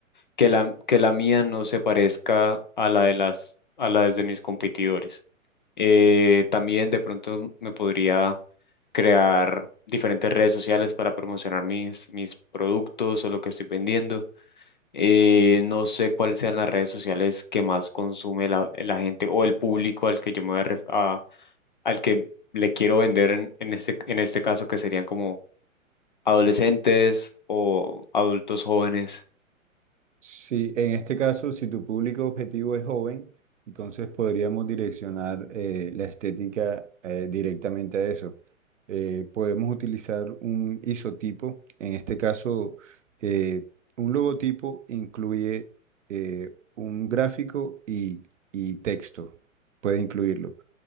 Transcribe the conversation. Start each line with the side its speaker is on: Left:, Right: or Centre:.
Left: que la, que la mía no se parezca a la de las, a la de mis competidores. Eh, también de pronto me podría crear diferentes redes sociales para promocionar mis, mis productos o lo que estoy vendiendo. Eh, no sé cuáles sean las redes sociales que más consume la, la gente o el público al que yo me voy a, ref- a- al que le quiero vender en, en este, en este caso, que serían como adolescentes o adultos jóvenes.
Right: Sí, en este caso, si tu público objetivo es joven, entonces podríamos direccionar eh, la estética eh, directamente a eso. Eh, podemos utilizar un isotipo, en este caso, eh, un logotipo incluye eh, un gráfico y, y texto, puede incluirlo.